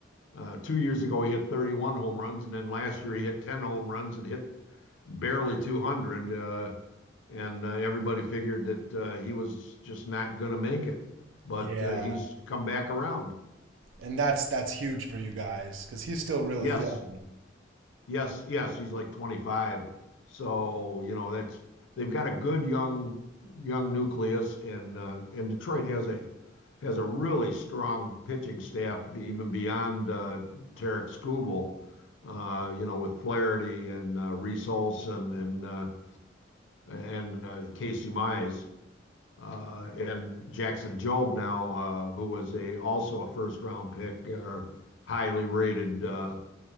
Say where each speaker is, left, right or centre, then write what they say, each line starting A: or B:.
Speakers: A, on the left; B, on the right.
A: Uh, two years ago he hit 31 home runs, and then last year he hit 10 home runs and hit barely 200. and uh, everybody figured that uh, he was just not going to make it, but
B: Yeah.
A: uh, he's come back around.
B: and that's that's huge for you guys because he's still really
A: Yes,
B: young.
A: Yes, yes, he's like 25. So, you know, that's they've got a good young young nucleus and uh, and Detroit has a has a really strong pitching staff even beyond uh, Tarek Skubal, uh, you know, with Flaherty and uh, Reese Olson and uh, and uh, Casey Mize uh, and Jackson Job now, uh, who was a also a first round pick or uh, highly rated uh,